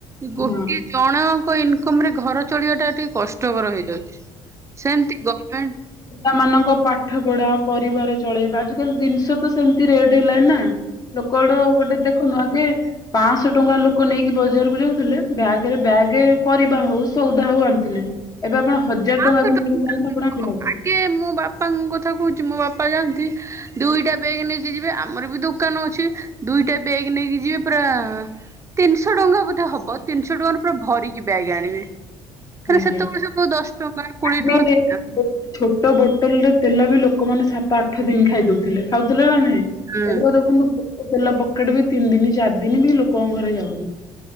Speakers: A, on the right; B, on the left.
A: ଗୋଟେ
B: ହଁ
A: ଜଣ ଇନକମ ରେ ଘର ଚଳିବା ଟା ଟିକେ କଷ୍ଟକର ହେଇଯାଉଛି, ସେମତି ଗଣ୍ଟ
B: ପିଲା ମାନଙ୍କ ପାଠ ପଢା ପରିବାର ଚଳେଇବା ଆଜିକାଲି, ଜିନିଷ ତ ସେମତି ରେଟ ହେଲାଣି ନା? ଲୋକଡୁ ଗୋଟେ ଦେଖୁନା ଆଗେ। ପଂସ୍ ଶହ ଟଙ୍କା ଲୋକ ନେଇକି ବଜାରକୁ ଯାଉଥିଲେ ବ୍ୟାଗରେ ବ୍ୟାଗ ପରିବା ହଉ ସଉଦା ହଉ ଆଣିଥିଲେ। ଏବେ ଆପଣ ହଜାର ଟଙ୍କା
A: ଆଗେ <unintelligible>
B: ବି ନେଇକି ଯାଆନ୍ତୁ ଆପଣ ବ୍ୟାଗ।
A: ମୁଁ ବାପାଙ୍କ କଥା କହୁଛି ମୋ ବାପା ଯାଆନ୍ତି। ଦୁଇଟା ବେଗ ନେଇକି ଯିବେ ଆମର ବି ଦୋକାନ ଅଛି, ଦୁଇଟା ବେଗ୍ ନେଇକି ଯିବେ ପୁରା ତିନିଶହ ଟଙ୍କା ବୋଧେ ହବ ତିନିଶହ ଟଙ୍କାର ପୁରା ଭରିକି ବ୍ୟାଗ ଆଣିବେ। ଖାଲି
B: ଆଜ୍ଞା।
A: ସେତେବେଳେ ସେ କୋଉ ଦଶ ଟଙ୍କା କୋଡିଏ
B: ଆଗେ
A: ଟଙ୍କା ଥିଲା
B: ଛୋଟ ବୋଟଲ ର ତେଲ ବି ଲୋକମାନେ ସାତ ଆଠ ଦିନ ଖାଇ ଦଉ ଥିଲେ। ଖାଉଥିଲେ ନା ନାହିଁ?
A: ହୁଁ
B: ଏବେ ଦେଖନ୍ତୁ ତେଲ ପକେଟେ ବି ତିନି ଦିନ ଚାରି ଦିନ ବି ଲୋକଙ୍କ ଘରେ ଯାଉନି।